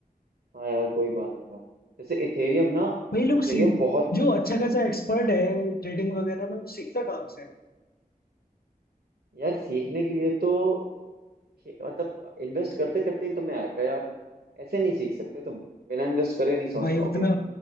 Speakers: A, on the right; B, on the left.
A: हाँ यार वही बात है यार जैसे इथेरियम ना
B: भाई लोग
A: इथेरियम
B: सीख
A: बहुत
B: जो अच्छा खासा एक्सपर्ट है ट्रेडिंग वगैरह में वो सीखता कहाँ से है
A: यार सीखने के लिए तो खे- मतलब इन्वेस्ट करते करते ही तुम्हें आएगा यार ऐसे नहीं सीख सकते तुम बिना इन्वेस्ट करे नहीं समझ
B: भाई
A: पाओगे
B: उतना